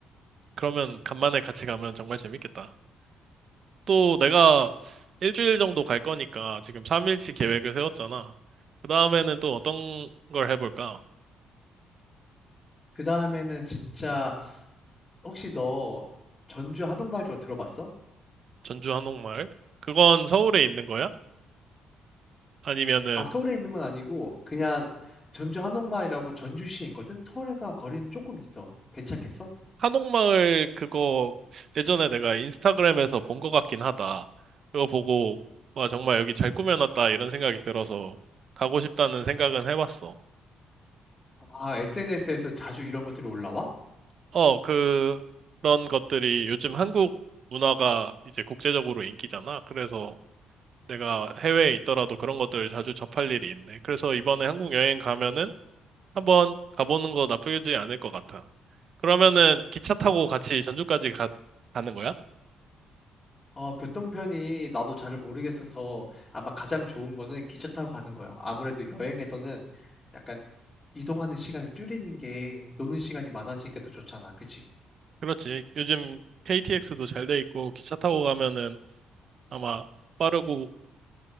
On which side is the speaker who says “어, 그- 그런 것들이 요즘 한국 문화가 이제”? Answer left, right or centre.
Right